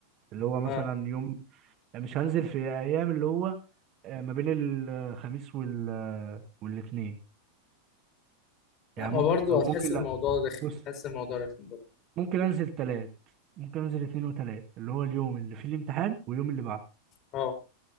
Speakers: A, on the right; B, on the left.
A: اللي هو مثلا
B: اه
A: يوم مش هنزل في ايام اللي هو آه، ما بين الخميس وال والاثنين
B: لا
A: يعني
B: ما
A: ممكن
B: برضو
A: او
B: هتحس
A: ممكن
B: الموضوع
A: لا
B: رخم
A: بص
B: هتحس الموضوع رخم برضو
A: ممكن انزل ثلاث ممكن انزل اثنين وثلاث اللي هو اليوم اللي فيه الامتحان واليوم اللي بعده
B: اه